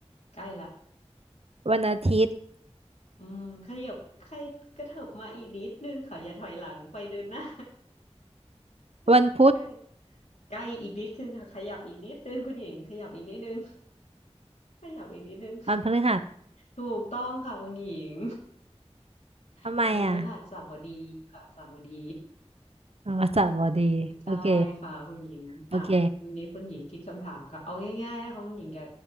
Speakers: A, on the left; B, on the right.
A: ใกล้ละ
B: วันอาทิตย์
A: อืมขยับขยกระเถิบมาอีกนิดนึงค่ะอย่าถอยหลังไปเดินหน้า
B: วันพุธ
A: <laughs> ใกล้ใกล้อีกนิดนึงค่ะขยับอีกนิดนึงคุณหญิงขยับอีกนิดนึงขยับอีกนิดนึง
B: วันพฤหัส
A: ถูกต้องค่ะคุณหญิง <laughs>
B: ทำไมอ่ะ
A: วันพฤหัสบดีค่ะสบดี
B: อ่ามัสสบอดีโอเค
A: <laughs> ใช่ค่ะคุณหญิงอ่ะวันนี้คุณหญิงคิดคำถามค่ะเอาง่ายๆนะคะคุณหญิงอย่า
B: โอเค